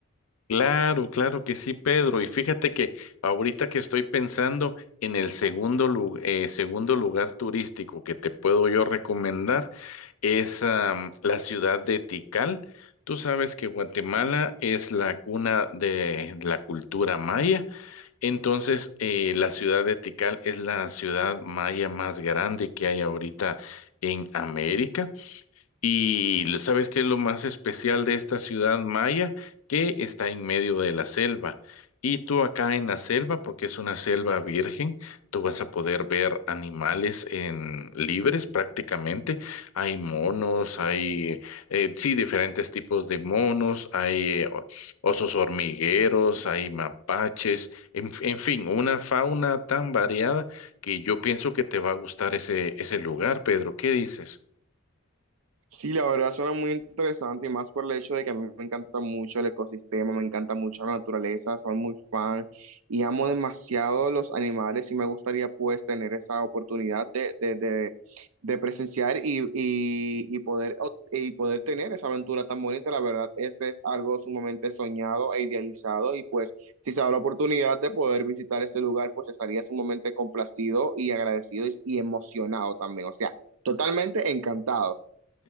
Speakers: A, on the left; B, on the right.
A: Claro, claro que sí, Pedro. Y fíjate que ahorita que estoy pensando en el segundo, lu- eh, segundo lugar turístico que te puedo yo recomendar es am, la ciudad de Tikal. Tú sabes que Guatemala es la cuna de la cultura maya. Entonces, eh, la ciudad de Tikal es la ciudad maya más grande que hay ahorita en América. Y lo- ¿sabes qué es lo más especial de esta ciudad maya? Que está en medio de la selva. Y tú acá en la selva, porque es una selva virgen, tú vas a poder ver animales en libres prácticamente. Hay monos, hay eh, sí diferentes tipos de monos, hay eh, o- osos hormigueros, hay mapaches, en, en fin, una fauna tan variada que yo pienso que te va a gustar ese ese lugar, Pedro. ¿Qué dices?
B: Sí, la verdad suena muy interesante y más por el hecho de que a mí me encanta mucho el ecosistema, me encanta mucho la naturaleza, soy muy fan y amo demasiado los animales y me gustaría pues tener esa oportunidad de, de, de, de presenciar y, y, y poder, ob- y poder tener esa aventura tan bonita. La verdad, este es algo sumamente soñado e idealizado y pues si se da la oportunidad de poder visitar ese lugar, pues estaría sumamente complacido y agradecido y y emocionado también, o sea, totalmente encantado.